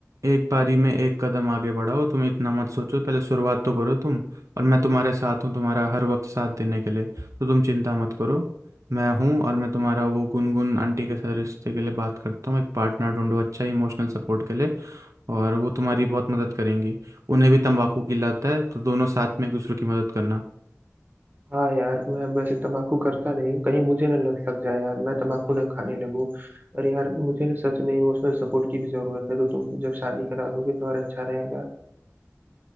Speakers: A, on the right; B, on the right.
A: एक बारी में एक कदम आगे बढ़ाओ तुम इतना मत सोचो पहले शुरुआत तो करो तुम और मैं तुम्हारे साथ हूँ तुम्हारा हर वक्त साथ देने के लिए तो तुम चिंता मत करो मैं हूँ और मैं तुम्हारा वो गुनगुन आंटी के साथ रिश्ते के लिए बात करता हूँ एक पार्टनर ढूंढो अच्छा इमोशनल सपोर्ट के लिए और वो तुम्हारी बहुत मदद करेंगी उन्हें भी तंबाकू की लत है तो दोनों साथ में एक दूसरे की मदद करना
B: हाँ यार मैं वैसे तमाकू करता नहीं हूँ कहीं मुझे ना लत लग जाए यार मैं तमाकू ना खाने लगूँ पर यार मुझे ना सच में इमोशनल सपोर्ट की भी जरूरत है तो तुम जब शादी करा दोगे तो और अच्छा रहेगा